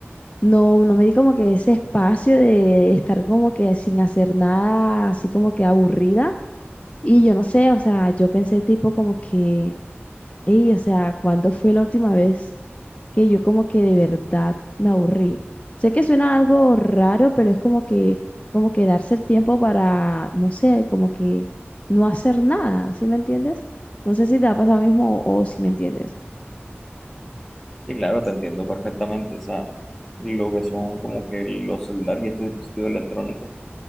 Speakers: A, on the left; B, in the centre.
A: No, no me di como que ese espacio de estar como que sin hacer nada, así como que aburrida. Y yo no sé, o sea, yo pensé tipo como que, hey, o sea, ¿cuándo fue la última vez que yo como que de verdad me aburrí? Sé que suena algo raro, pero es como que, como que darse el tiempo para, no sé, como que no hacer nada, ¿sí me entiendes? No sé si te ha pasado lo mismo o si me entiendes.
B: Sí, claro, te entiendo perfectamente. O sea, lo que son como que los celulares y estos dispositivos electrónicos,